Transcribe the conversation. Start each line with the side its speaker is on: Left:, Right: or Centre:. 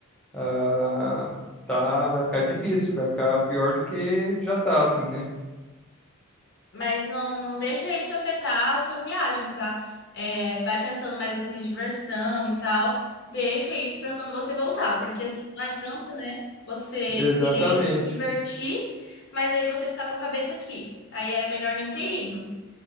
Centre: ah, tá, vai ficar difícil, vai ficar pior do que já tá, assim, né?
Left: Mas não, não deixa isso afetar a sua viagem, tá? É, vai pensando mais assim na diversão e tal. Deixa isso pra quando você voltar, porque assim não adianta, né? Você
Centre: Exatamente.
Left: querer se divertir, mas aí você ficar com a cabeça aqui. Aí era melhor nem ter ido.